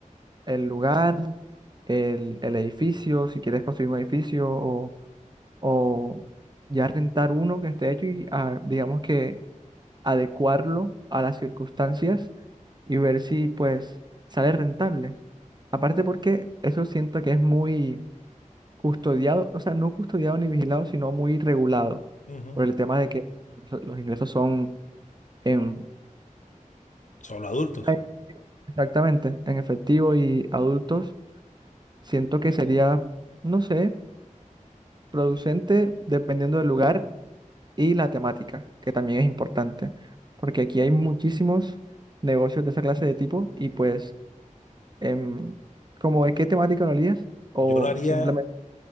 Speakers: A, on the right (about 30°); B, on the left (about 65°).
A: El lugar, el, el edificio, si quieres construir un edificio o, o ya rentar uno que esté hecho y ah, digamos que adecuarlo a las circunstancias y ver si pues sale rentable. Aparte porque eso siento que es muy custodiado, o sea, no custodiado ni vigilado, sino muy regulado
B: Ujú.
A: por el tema de que eso- los ingresos son en...
B: Solo adultos.
A: Ah, en efectivo. Exactamente, en efectivo y adultos. Siento que sería, no sé, producente dependiendo del lugar y la temática, que también es importante, porque aquí hay muchísimos negocios de esa clase de tipo y pues, em, como de qué temática lo harías, o
B: Yo lo haría,
A: simplemente,